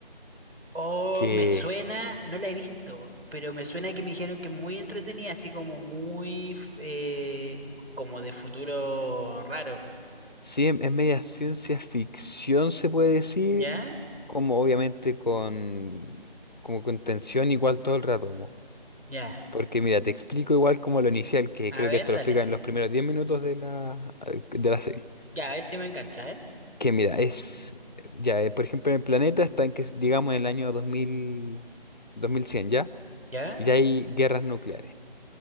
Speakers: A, on the right; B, on the left.
A: Oh,
B: que
A: me suena, no la he visto, pero me suena que me dijeron que es muy entretenida, así como muy, eh, como de futuro raro.
B: sí es es media ciencia ficción, se puede decir,
A: ¿Ya?
B: como obviamente con, como con tensión igual todo el rato. po.
A: Ya.
B: Porque mira, te explico igual como lo inicial, que
A: A
B: creo
A: ver,
B: que esto
A: dale.
B: lo explica en los primeros 10 minutos de la, eh, de la serie.
A: Ya, a ver si me engancha, ¿eh?
B: Que mira, es, ya, eh, por ejemplo, en el planeta está en que, digamos, en el año 2000 2100, ¿ya?
A: ¿Ya?
B: Y ya hay guerras nucleares.